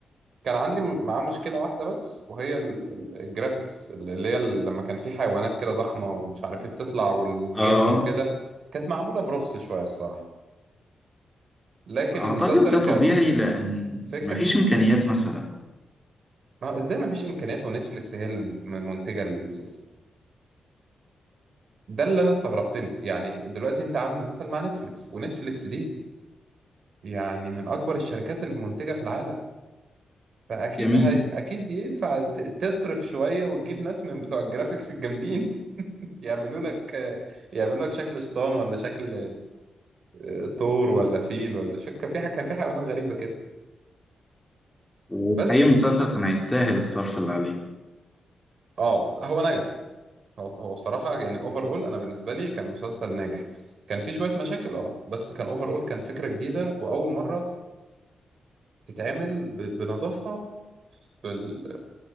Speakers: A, on the right (about 60°); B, in the centre.
A: كان عندي م- معاه مشكله واحده بس وهي ال- ال- الجرافيكس اللي هي ال- لما كان في حيوانات كده ضخمه ومش عارف ايه بتطلع وال- والجن
B: آه
A: وكده كانت معموله برخص شويه الصراحه لكن
B: أعتقد
A: المسلسل
B: ده طبيعي لأن
A: كفكر
B: مفيش إمكانيات مثلا
A: ما هو ازاي ما فيش امكانيات ونتفليكس هي اللي م- منتجه المسلسل ده اللي انا استغربت له يعني دلوقتي انت عامل مسلسل مع نتفليكس ونتفليكس دي يعني من اكبر الشركات المنتجة في العالم فاكيد
B: جميل
A: هي... اكيد دي ينفع ت- تصرف شوية وتجيب ناس من بتوع الجرافيكس الجامدين <laughs> يعملوا لك يعملوا لك شكل شيطان ولا شكل آه، طور ولا فيل ولا شك كان في حاجة كان في حيوانات غريبة كده
B: وحقيقي
A: بس
B: المسلسل كان هيستاهل الصرف اللي عليه
A: اه هو نجح هو هو بصراحة يعني اوفر اول انا بالنسبة لي كان مسلسل ناجح كان في شوية مشاكل اه بس كان اوفر اول كان فكرة جديدة واول مرة تتعمل ب- بنظافة في ال...